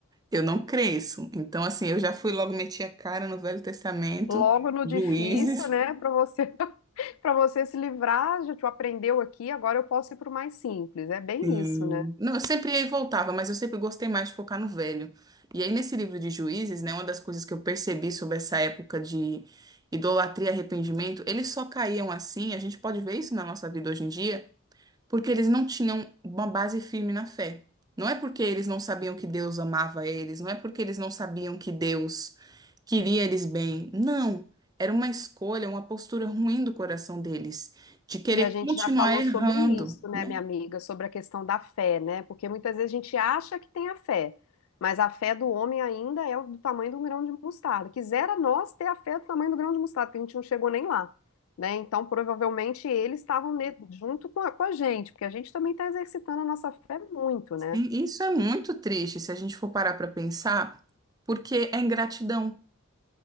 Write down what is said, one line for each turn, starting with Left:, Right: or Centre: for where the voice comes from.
Right: Eu não cresço. Então, assim, eu já fui logo meti a cara no Velho Testamento,
Left: Logo no
Right: Juízes.
Left: difícil, né? Para você, <laughs> para você se livrar, já te aprendeu aqui, agora eu posso ir para o mais simples. É bem
Right: Sim.
Left: isso, né?
Right: Não, eu sempre ia e voltava, mas eu sempre gostei mais de focar no velho. E aí, nesse livro de Juízes, né, uma das coisas que eu percebi sobre essa época de idolatria e arrependimento, eles só caíam assim, a gente pode ver isso na nossa vida hoje em dia, porque eles não tinham uma base firme na fé. Não é porque eles não sabiam que Deus amava eles, não é porque eles não sabiam que Deus queria eles bem. Não. Era uma escolha, uma postura ruim do coração deles, de querer
Left: E a gente
Right: continuar
Left: já falou
Right: errando,
Left: sobre isso, né,
Right: né?
Left: minha amiga, sobre a questão da fé, né? Porque muitas vezes a gente acha que tem a fé, mas a fé do homem ainda é do tamanho de um grão de mostarda. Quisera nós ter a fé do tamanho do grão de mostarda, porque a gente não chegou nem lá, né? Então, provavelmente eles estavam ne- junto com a, com a gente, porque a gente também está exercitando a nossa fé muito, né?
Right: E isso é muito triste se a gente for parar para pensar, porque é ingratidão.